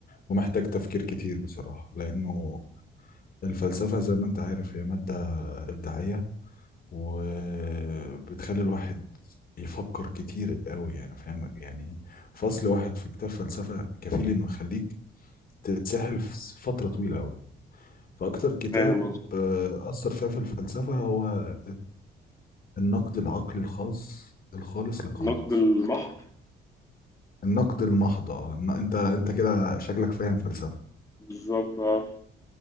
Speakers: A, on the left (about 45°); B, on the left (about 15°).
A: ومحتاج تفكير كتير بصراحة لأنه الفلسفة زي ما أنت عارف هي مادة إبداعية وبتخلي الواحد يفكر كتير قوي يعني فاهم يعني فصل واحد في كتاب فلسفة كفيل إنه يخليك تتسحل في فترة طويلة قوي فأكتر كتاب
B: فاهم قصدي
A: آه، أثر فيا في الفلسفة هو النقد العقلي الخاص الخالص لكانت
B: نقد المحض
A: النقد المحض آه، إن- أنت أنت كده شكلك فاهم فلسفة
B: بالظبط اه